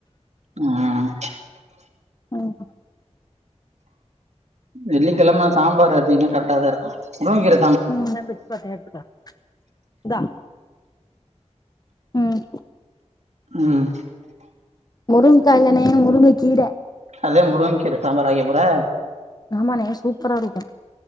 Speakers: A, on the right; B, on the left.
A: ஆ
B: ம் ஹூம்
A: வெள்ளிக்கிழம சாம்பார் வச்சீங்க கரெக்டா தா இருக்கூ முருங்ககீர
B: நீ வேணா பிட் பார்த்து எத்துக்கோ இந்தா ம்
A: ம்
B: முருங்கைகா இல்லணே முருங்க கீர
A: அத முருங்கைகீரை சாம்பாரா வெக்கப்போற
B: ஆமாணே சூப்பரா இருக்கு